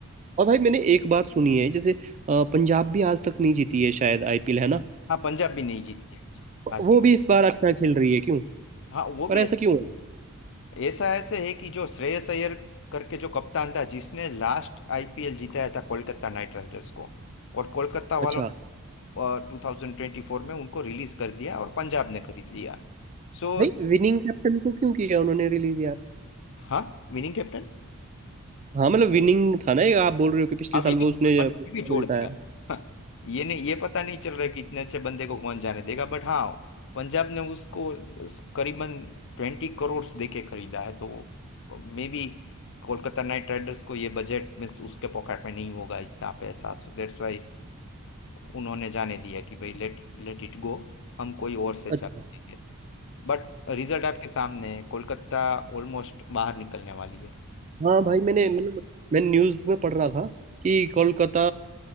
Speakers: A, on the right; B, on the left.
A: और भाई मैंने एक बात सुनी है जैसे अ, पंजाब भी आज तक नहीं जीती है शायद आईपीएल है ना
B: हाँ पंजाब भी नहीं जीती है आज आज
A: वो भी इस बार अच्छा खेल रही है क्यों
B: हाँ वो भी
A: पर ऐसा क्यों है
B: ऐसा ऐसे है कि जो श्रेयस अय्यर करके जो कप्तान था जिसने लास्ट आईपीएल जीताया था कोलकाता नाइट राइडर्स को और कोलकाता
A: अच्छा
B: वालों टू थाउजेंड ट्वेंटी फोर में उनको रिलीज कर दिया और पंजाब ने खरीद लिया सो
A: भाई विनिंग कैप्टन को क्यों किया उन्होंने रिलीज यार
B: हाँ विनिंग कैप्टन
A: हाँ मतलब विनिंग था ना ये आप बोल रहे हो कि पिछले
B: अब
A: साल
B: ये नहीं
A: वो उसने
B: अब
A: वो
B: ये भी छोड़
A: जिताया
B: दिया हाँ, ये नहीं ये पता नहीं चल रहा है कि इतने अच्छे बंदे को कौन जाने देगा बट हाँ पंजाब ने उसको करीबन ट्वेंटी करोड़ देके खरीदा है तो maybe Kolkata knight riders को ये बजट में उसके पॉकेट में नहीं होगा इतना पैसा सो दैट्स वाई उन्होंने जाने दिया कि भाई लेट लेट इट गो हम कोई और से चला
A: अच्छा
B: देंगे बट रिजल्ट आपके सामने है कोलकाता ऑलमोस्ट बाहर निकलने वाली है
A: हाँ भाई मैंने मतलब मैं न्यूज़ में पढ़ रहा था कि कोलकाता